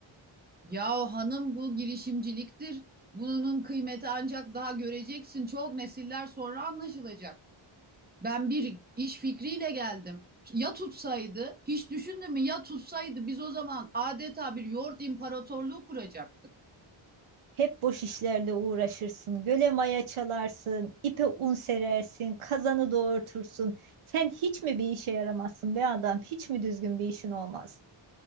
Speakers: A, on the right (about 20°); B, on the right (about 75°).
A: Ya hanım bu girişimciliktir. Bunun kıymeti ancak daha göreceksin. Çok nesiller sonra anlaşılacak. Ben bir iş fikriyle geldim. Ya tutsaydı, hiç düşündün mü? Ya tutsaydı biz o zaman adeta bir yoğurt imparatorluğu kuracaktık.
B: Hep boş işlerle uğraşırsın. Göle maya çalarsın, ipe un serersin, kazanı doğurtursun. Sen hiç mi bir işe yaramazsın be adam? Hiç mi düzgün bir işin olmaz?